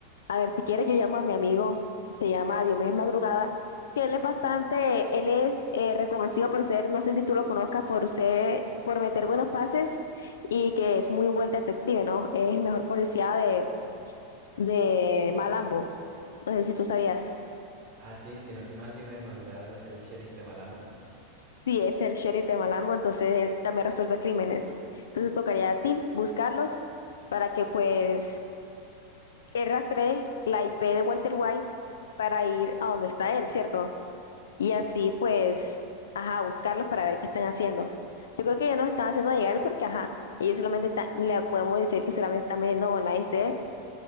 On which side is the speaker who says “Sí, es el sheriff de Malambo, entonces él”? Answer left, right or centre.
Left